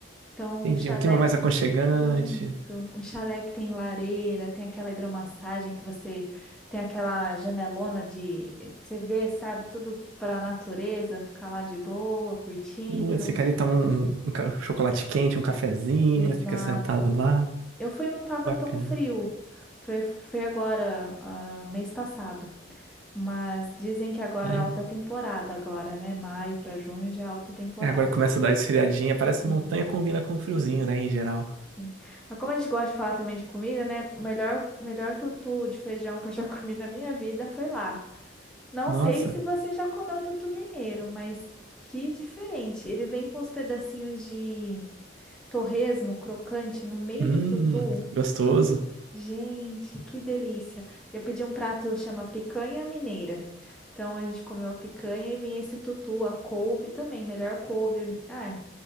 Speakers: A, in the centre; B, on the right.
A: Então,
B: Entendi.
A: o chalé
B: Um clima mais aconchegante.
A: isso, um chalé que tem lareira, tem aquela hidromassagem que você tem aquela janelona de você vê, sabe, tudo para natureza, ficar lá de boa, curtindo.
B: Putz, fica
A: Sim.
B: ali, toma um, um ca- chocolate quente, um cafezinho,
A: Exato.
B: fica sentado lá.
A: Eu fui, e não tava
B: Bacana.
A: tão frio. Foi, foi agora, ah, mês passado. Mas dizem que agora
B: Hum.
A: é alta temporada agora, né? Maio para junho já é alta temporada.
B: É, agora começa a dar esfriadinha. Parece
A: Sim.
B: montanha combina com friozinho,
A: Sim.
B: né, em geral.
A: Sim. Mas como a gente gosta de falar também de comida, né? O melhor, melhor tutu de feijão que eu já <laughs> comi na minha vida foi lá. Não
B: Nossa.
A: sei se você já comeu tutu mineiro, mas que diferente. Ele vem com uns pedacinhos de torresmo crocante no meio
B: Hum,
A: do tutu.
B: gostoso.
A: Gente, que delícia. Eu pedi um prato chama picanha mineira. Então a gente comeu a picanha e vinha esse tutu, a couve também, melhor couve. Ai,